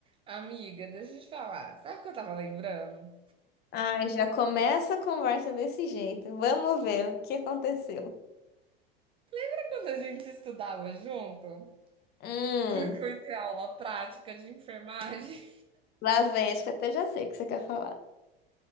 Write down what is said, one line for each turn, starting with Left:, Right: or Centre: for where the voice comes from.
Right: Amiga, deixa eu te falar. Sabe o que eu tava lembrando?
Left: Ai, já começa a conversa desse jeito. Vamos ver o que aconteceu.
Right: Sabe quando a gente estudava junto?
Left: Hum,
Right: Que eu fui ter aula prática de enfermagem?
Left: lá vem, acho que até já sei o que você quer falar.